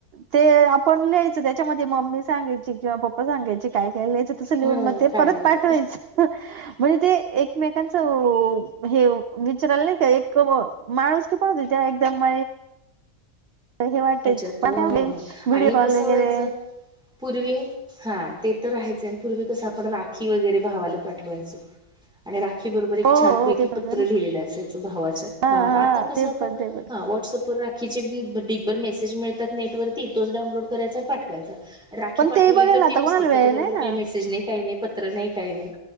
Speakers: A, on the right; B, in the centre.
A: ते आपण लिहायचं. त्याच्यामध्ये मम्मी सांगयची किंवा पप्पा सांगयची काय? काय लिहायचं तसं लिहून
B: हो
A: मग ते
B: कायलाच
A: परत पाठवायचं म्हणजे ते एकमेकांचं हे विचारायला नाही का, एक माणूस की पडते त्या एकदम हे वाटायच
B: हच्यात
A: व्हिडिओ
B: आणि
A: कॉल
B: कसं
A: वगैरे
B: व्हायचं? पूर्वी हा ते तर आहेचं, आणि पूर्वी कसं आपण राखी वगैरे भावाला पाठवायचो. आणि रा राखी बरोबर एक
A: हो
B: छान
A: हो
B: पैकी
A: ते पण
B: पत्र लिहिलेलं असायचं, भावाचं
A: हा
B: भावाला
A: हा
B: आता कसं
A: ते पण
B: ब
A: ते पण
B: हा व्हॉट्सअप वर राखी <unintelligible> ढिगभर मेसेज मिळतात नेट वरती तोच डाउनलोड करायचा, आणि पाठवायचा राखी
A: पण
B: पाठवली
A: तेही बघायला
B: तर
A: आता
B: ती नुसतीचं
A: कोणाला वेळ
B: त्याच्याबरोबर
A: नाही ना
B: काय मेसेज नाही काय नाय. काय नाही पत्र नाही. काही नाही